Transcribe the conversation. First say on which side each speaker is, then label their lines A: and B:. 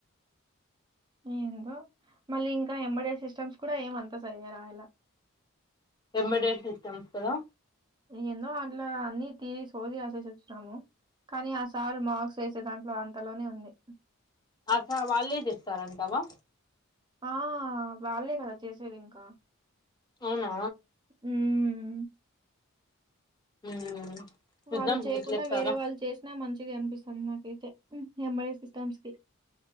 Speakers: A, on the right; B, on the left.
A: ఏందో మళ్ళీ ఇంకా ఎంబడే సిస్టమ్స్ కూడా ఏమంతా సరిగా రాయలా
B: ఎబడేస్ ఎగ్జామ్స్ కదా
A: ఏందో దాంట్లో అన్ని థియరీ సోది రాసి వచ్చినాము కానీ ఆ సార్ మార్క్స్ వేసే దాంట్లో అంతలోనే ఉంది
B: అసలు వాళ్ళే చేస్తారంటావా
A: ఆ వాళ్లే కదా చేసేది ఇంకా
B: అవునా
A: హ్మ్
B: ఉమ్ చూద్దాం
A: వాళ్ళు చేయకుండా
B: ఎట్లేస్తారో
A: వేరే వాళ్ళు చేసినా మంచిది అనిపిస్తుంది నాకైతే ఎంబడే సిస్టమ్స్ కి